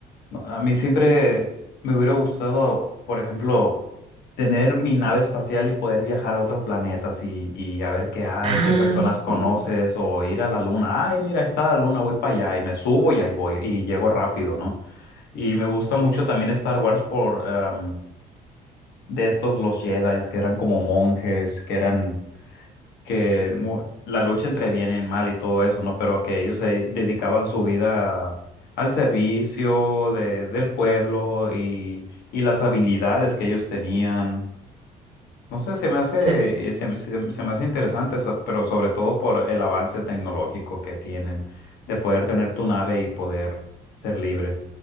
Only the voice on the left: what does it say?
No, a mí siempre me hubiera gustado, por ejemplo, tener mi nave espacial y poder viajar a otros planetas y, y a ver qué hay,
qué personas
conoces o ir a la luna. Ay, mira, ahí está la luna, voy para allá y me subo y ahí voy y llego rápido, ¿no? Y me gusta mucho también Star Wars por em, de estos los Jedi que eran como monjes, que eran que mu- la lucha entre bien y mal y todo eso, ¿no? Pero que ellos se dedicaban su vida a- al servicio de, del pueblo y, y las habilidades que ellos tenían. No sé, se me hace,
eh, se, me se- se me hace interesante, so- pero sobre todo por el avance tecnológico que tienen, de poder tener tu nave y poder ser libre.